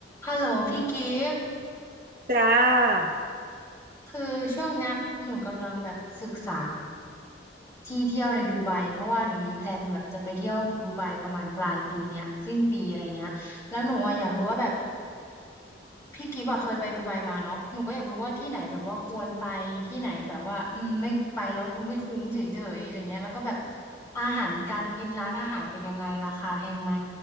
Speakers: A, on the left; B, on the right.
A: ฮัลโหลพี่กิฟต์
B: จ้า
A: คือช่วงเนี้ยหนูกำลังแบบศึกษาที่เที่ยวในดูไบเพราะว่าหนูมีแพลนแบบจะไปเที่ยวดูไบประมาณปลายปีเนี้ยสิ้นปีอะไรเงี้ยแล้วหนูอะอยากรู้ว่าแบบพี่กิฟต์อะเคยไปดูไบมาเนาะหนูก็อยากรู้ว่าที่ไหนแบบว่าควรไปที่ไหนแบบว่าอืมไม่ไปแล้วดูไม่คุ้มเฉยๆอะไรเงี้ยแล้วก็แบบอาหารการกินร้านอาหารเป็นยังไงราคาแพงไหม